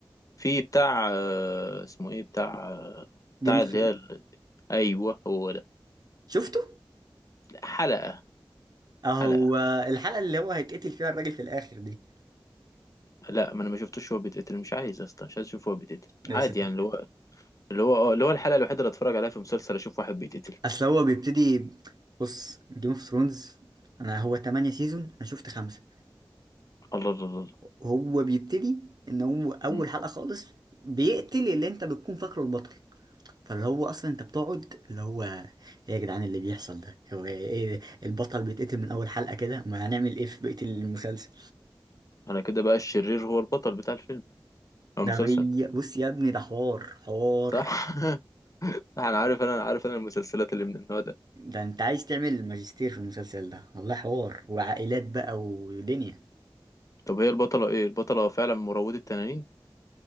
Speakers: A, on the left; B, on the right.
A: في بتاع آه، اسمه ايه بتاع بتاع
B: جيم اوف
A: اللي
B: ثرونز
A: هي ال- ايوه هو ده
B: شفته
A: حلقة
B: اهو
A: حلقة
B: الحلقه اللي هو هيتقتل فيها الراجل في الاخر دي
A: لا ما انا ما شفتوش هو بيتقتل مش عايز يا اسطى مش عايز اشوف هو بيتقتل
B: يا
A: عادي
B: ساتر
A: يعني اللي هو اللي هو اه اللي هو الحلقة الوحيدة اللي اتفرج عليها في مسلسل اشوف واحد بيتقتل
B: اصل هو بيبتدي ب- بص جيم اوف ثرونز انا هو 8 سيزون انا شفت خمسة
A: الله الله الله الله.
B: هو بيبتدي ان هو اول
A: مم.
B: حلقه خالص بيقتل اللي انت بتكون فاكره البطل فاللي هو اصلا انت بتقعد اللي هو ايه يا جدعان اللي بيحصل ده هو ايه ده؟ البطل بيتقتل من اول حلقه كده ما هنعمل ايه في بقيه المسلسل
A: انا كده بقى الشرير هو البطل بتاع الفيلم او
B: ده
A: المسلسل
B: غي- بص يا ابني ده حوار حوار
A: صح <laughs> صح انا عارف انا عارف انا المسلسلات اللي من النوع ده
B: ده انت عايز تعمل ماجستير في المسلسل ده والله حوار وعائلات بقى ودنيا
A: طب هي البطلة ايه البطلة فعلا مروضة تنانين